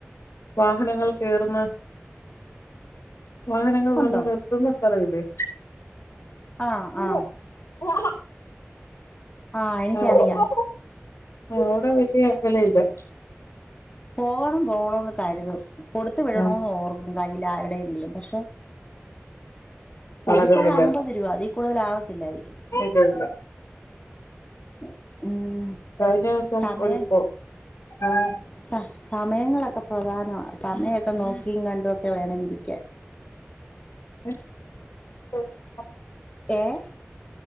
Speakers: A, on the left; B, on the left.
A: വാഹനങ്ങൾ കേറുന്ന വാഹനങ്ങൾ
B: ഉണ്ടോ
A: വന്ന് നിർത്തുന്ന സ്ഥലവില്ലേ
B: ആ
A: <unintelligible>
B: ആ ആ എനിക്കറിയാം
A: ആഹ്‌ അവടെ റെഡി ആക്കല്ണ്ട്
B: പോവണം പോവണന്ന് കരുതും കൊടുത്തു വിടണോന്നോർക്കും.
A: ആ.
B: കയ്യിൽ ആരുടെയെങ്കിലും പക്ഷെ കൂടിപ്പോയ
A: അളകുന്നില്ല.
B: അമ്പത് രൂപ, അതീ കൂടുതലാവത്തില്ലായിരിക്കും
A: <unintelligible> ഉണ്ട്
B: ഉം.... ഉം
A: കഴിഞ്ഞ ദിവസം
B: സമയ
A: ഒരുപ്പോ ആഹ
B: സ സമയങ്ങളൊക്കെ പ്രധാനവ. സമയൊക്കെ നോക്കിയും കണ്ടുംമൊക്കെ വേണമിരിക്കൻ
A: <unintelligible>
B: ഏഹ്